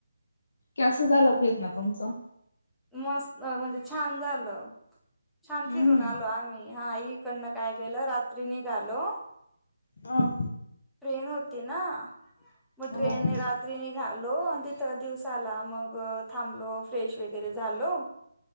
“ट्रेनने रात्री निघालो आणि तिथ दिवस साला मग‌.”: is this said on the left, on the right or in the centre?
Centre